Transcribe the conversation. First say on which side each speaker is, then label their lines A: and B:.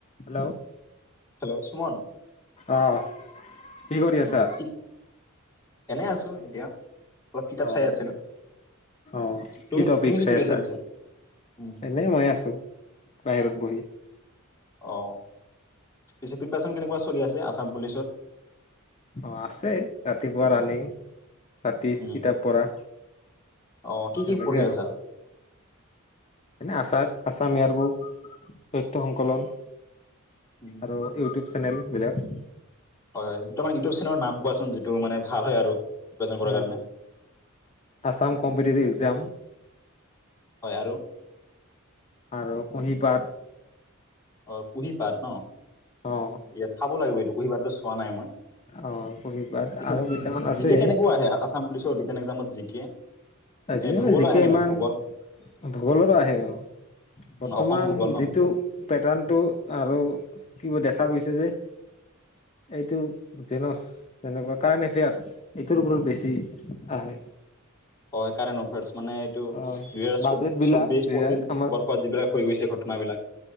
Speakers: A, on the left; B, on the left.
A: Hello
B: hello Suman
A: আহ কি কৰি আছা
B: উম ঠিক এনে আছো এতিয়া অলপ কিতাপ
A: আহ
B: চাই আছিলো
A: আহ
B: তুমি
A: কি টপিক
B: তুমি
A: চাই
B: কৰি
A: আছা
B: পিছে উম
A: এনে মই আছো বাহিৰত বহি
B: অ পিছে প্ৰিপেছন কেনেকুৱা চলি আছে আচাম পুলিচত
A: অ আছে ৰাতিপুৱা ৰানিং ৰাতি
B: উম
A: কিতাপ পঢ়া।
B: অ কি কি
A: এনেকে
B: পঢ়ি
A: আৰু।
B: আছা
A: এনে আচা, আচাম ইয়েৰ বুক তথ্য সংকলন।
B: উম
A: আৰু ইউটিউব চেনেল বিলাক
B: হয় দুটামান ইউটিউব চেনেলৰ নাম কোৱাচোন যিটোৰ মানে ভাল হয় আৰু প্ৰিপাৰেচন কৰাৰ
A: উম
B: কাৰণে
A: আছাম কম্পিটিটিভ এক্সজাম।
B: হয় আৰু?
A: আৰু কুঁহিপাত।
B: অ কুঁহিপাট ন
A: অ',
B: ইএচ চাব লাগিব এইটো কুঁহিপাত তো পোৱা নাই মই,
A: অ', কুঁহিপাত
B: পিছে
A: আৰু কেইটামান
B: জি
A: আছে
B: জি কে কেনেকুৱা আহে আ আছাম পুলিচৰ ৰিটেন একজামত জি কে
A: আজিকালি
B: এ ভূগোল
A: জি
B: আহে
A: কে
B: নেকি
A: ইমান
B: ভূগোল
A: ভূগোলত আহে অ বৰ্তমান
B: উম, অসম ভূগোল ন
A: যিটো প্ৰেটাৰ্ন টো আৰু কিবা দেখা গৈছে যে এইটো যেন যেনেকুৱা কাৰ্নএফেয়াৰ্চ এইটোৰ ওপৰত বেছি আহে।
B: অ কাৰন অফাৰ্চ। মানে এইটো দুহেজাৰ
A: অ
B: চৌ
A: বাজেট বিলাক
B: চৌব্বিশ,
A: যিবিলাক
B: পঁচিশ
A: আমাৰ
B: বৰ্ষত যিবিলাক হৈ গৈছে ঘটনা বিলাক,